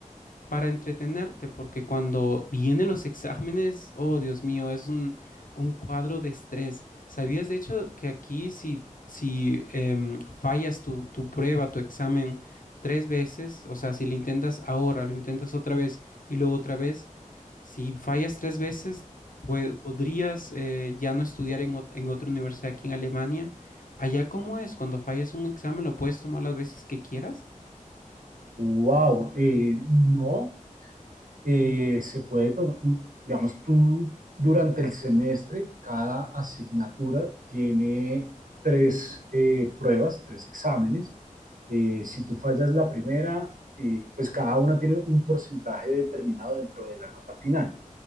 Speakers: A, on the left; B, on the right.
A: para entretenerte, porque cuando vienen los exámenes, oh Dios mío, es un, un cuadro de estrés. ¿Sabías de hecho que aquí si, si em, fallas tu, tu prueba, tu examen tres veces, o sea, si lo intentas ahora, lo intentas otra vez y luego otra vez, si fallas tres veces, pue- podrías eh, ya no estudiar en, ot- en otra universidad aquí en Alemania? ¿Allá cómo es? Cuando fallas un examen, ¿lo puedes tomar las veces que quieras?
B: ¡Wow! Eh, no, eh, se puede tomar, digamos, tú durante el semestre, cada asignatura tiene tres eh, pruebas, tres exámenes. Eh, si tú fallas la primera, eh, pues cada una tiene un porcentaje determinado dentro de la nota final.